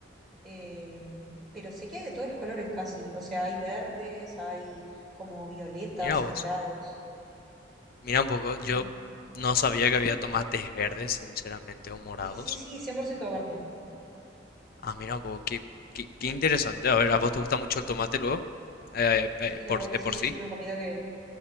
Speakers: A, in the centre; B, on the left.
A: eh, pero sé que hay de todos los colores casi. O sea, hay verdes, hay como violetas
B: Mira vos,
A: o morados.
B: mira un poco. Yo
A: Y
B: no sabía que había tomates verdes, sinceramente, o morados.
A: sí, sí, sí, 100% aparte.
B: Ah, mira un poco, qué, qué, qué interesante. A ver, ¿a vos te gusta mucho el tomate luego? Eh, eh,
A: Sí, la
B: por,
A: verdad
B: de
A: que sí,
B: por sí.
A: es una comida que,